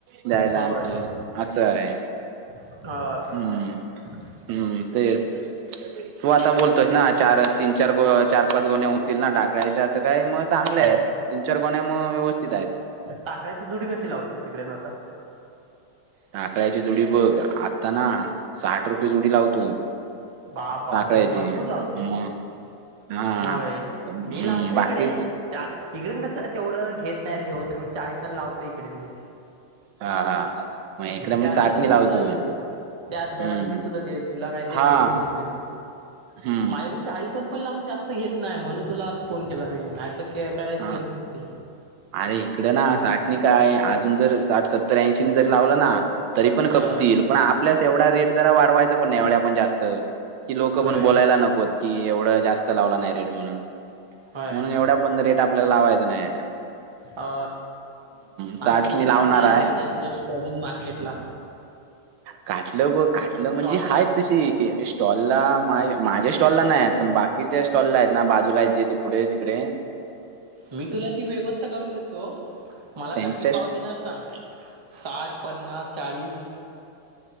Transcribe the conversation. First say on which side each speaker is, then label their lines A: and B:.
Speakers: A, on the right (about 85°); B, on the right (about 30°).
A: द्यायला
B: होय
A: आणि असं आहे.
B: <unintelligible>
A: हम्म हम्म तेच तू आता बोलतोयस ना चार तीन चार गो चार पाच गोण्या होतील ना ढाकळयच्या आता काय मग चांगले
B: हा
A: आहेत तीन चार गोण्या म व्यवस्थित आहेत.
B: ताकायची जुडी कशी लावतोस तिकडेन आता?
A: टाकळ्याची जोडी बघ आता ना साठ रुपये जोडी लावतो.
B: बा बाव
A: ढाकळ्याची
B: भरपूर लावते रे.
A: मग हा
B: होय
A: हम्म
B: मी लावतो
A: बाकी
B: इकडे चार इकडेन कसं तेवढं घेत नाही रे लोकं तर मी चाळीस अन लावतो इकडेन मी.
A: हा हा मग इकडे
B: त्याच
A: मी साठ
B: दरान
A: मी लावतो.
B: तुला देतो त्याच
A: हम्म
B: दरानं मी देत तुला काय ते
A: हा
B: भेट <unintelligible> माझ्याकडे
A: हम्म
B: चाळीसण पण लावून जास्त घेत नाही म्हणू तुला आज फोन केला मी. नाही तर केअर करायची
A: हा
B: गरज नव्हती.
A: अरे इकडं ना साठ नि काय अजून जर साठ, सत्तर, ऐंशी जर लावलं ना तरी पण पण
B: अ
A: खपतील पण आपल्यास एवढा रेट जरा वाढवायचा पण नाही एवढ्या पण जास्त. की लोकं
B: होय
A: पण बोलायला नकोत की एवढं जास्त लावला नाही रेट म्हणून
B: होय
A: म्हणून एवढ्या पण रेट आपल्याला लावायचा नाय.
B: आ
A: साठ
B: आणि ती
A: मी
B: काटला
A: लावणार
B: आली
A: आहे
B: की नाही तुझा स्टॉल मार्केटला?
A: काटलं बघ काटलं
B: स्टॉल
A: म्हणजे
B: ला
A: हायेत तशी स्टॉलला माझे माझ्या स्टॉलला नाही आहेत पण बाकीच्या स्टॉलला आहेत ना बाजूला आहेत जे ते पुढे ते कडेे
B: मी तुला ती व्यवस्था करून देतो मला
A: त्यांच्या
B: कशी पाव देणार सांग साठ, पन्नास, चाळीस